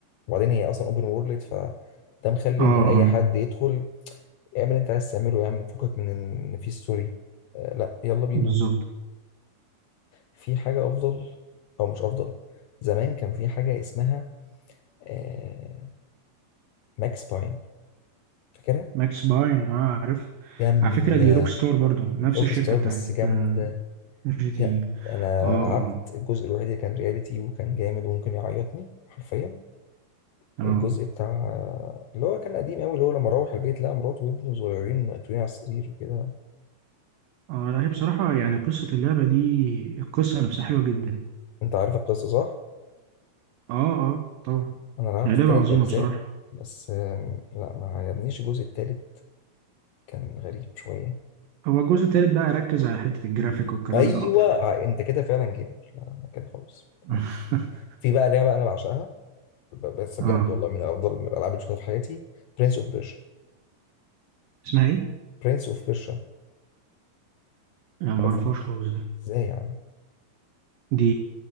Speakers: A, on the left; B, on the right.
A: وبعدين هي اصلا اوبن وورلد فده مخلي
B: اه اه
A: ان اي حد يدخل اعمل اللي انت عايز تعمله يا عم فكك من ان في ستوري آه لا يلا بينا
B: بالظبط
A: في حاجة افضل او مش افضل زمان كان في حاجة اسمها آه ماكس باين فاكرها
B: ماكس باين اه عارف
A: جامدة
B: على فكرة دي روك ستار برضو نفس
A: روك
B: الشركة
A: ستار
B: بتاعت
A: بس جامدة
B: آه، جي تي
A: جا-
B: اي
A: انا
B: اه
A: لعبت
B: اه
A: الجزء الوحيد اللي كان رياليتي وكان جامد وممكن يعيطني حرفيا
B: اه
A: الجزء بتاع اللي هو كان قديم قوي اللي هو لما روح البيت لقى مراته وابنه صغيرين مقتولين على السرير وكده
B: اه لا هي بصراحة يعني قصة اللعبة دي القصة نفسها حلوة جدا
A: انت عارف القصة صح؟
B: اه اه طبعا
A: انا لعبت
B: هي
A: التلات
B: لعبة عظيمة
A: اجزاء
B: بصراحة
A: بس آم، لا ما عجبنيش الجزء التالت كان غريب شوية
B: هو الجزء التالت بقى ركز على حتة الجرافيك والكلام
A: ايوه
B: ده أكتر
A: ع- انت كده فعلا جيمر لا انا كده خلاص
B: <laughs>
A: تمام في بقى لعبة انا بعشقها ب- بس بجد
B: اه
A: والله من افضل من الالعاب اللي شفتها في حياتي برنس اوف بيرشا
B: اسمها ايه؟
A: برنس اوف بيرشا
B: لا معرفهاش
A: عارفها
B: خالص دي
A: ازاي يا عم
B: دي